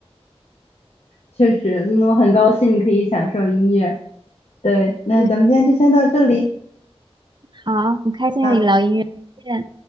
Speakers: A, on the left (about 85°); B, on the right (about 45°).
A: 确实，那我很高兴你可以享受音乐。对，那咱们今天就先到这里
B: 对，好，很开心和你聊音乐，
A: 啊。
B: 再见。